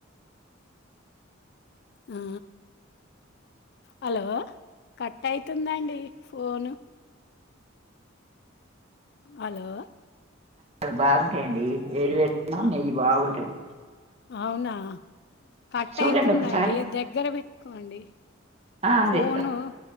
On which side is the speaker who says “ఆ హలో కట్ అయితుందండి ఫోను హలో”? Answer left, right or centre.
Left